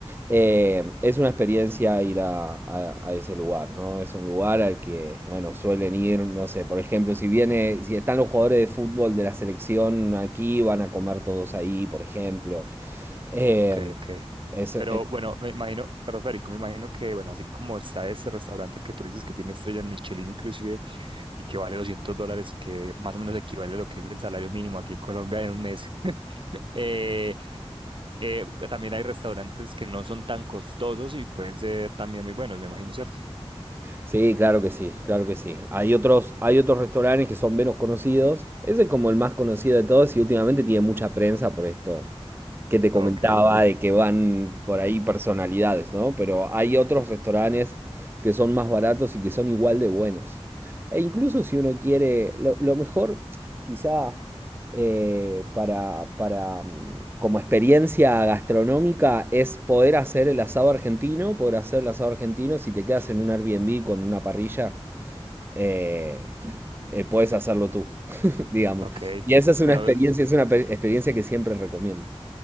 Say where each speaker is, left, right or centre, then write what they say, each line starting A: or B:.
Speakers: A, on the right (about 20°); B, on the right (about 50°).
A: eh, es una experiencia ir a, a- a ese lugar, ¿no? Es un lugar al que, bueno, suelen ir, no sé, por ejemplo, si viene, si están los jugadores de fútbol de la selección aquí, van a comer todos ahí, por ejemplo. Eh,
B: Ok, ok.
A: es,
B: Pero
A: es-
B: bueno, me imagino, perdón, Federico, me imagino que, bueno, así como está este restaurante que tú dices que tiene estrellas Michelin inclusive y que vale 200 dólares, que más o menos equivale a lo que es el salario mínimo aquí en Colombia en un mes. <laughs> eh, eh, también hay restaurantes que no son tan costosos y pueden ser también muy buenos, me imagino, ¿cierto?
A: Sí, claro que sí, claro que sí. Hay otros, hay otros restaurantes que son menos conocidos. Ese es como el más conocido de todos y últimamente tiene mucha prensa por esto que te comentaba
B: Ok,
A: de que van por ahí personalidades, ¿no? Pero hay otros restaurantes que son más baratos y que son igual de buenos. E incluso si uno quiere, lo, lo mejor quizá eh, para, para, mm, como experiencia gastronómica es poder hacer el asado argentino, poder hacer el asado argentino, si te quedas en un Airbnb con una parrilla, eh, eh, puedes hacerlo tú, <laughs> digamos.
B: ok.
A: Y esa es una
B: Bueno,
A: experiencia, es una pe- experiencia que siempre recomiendo.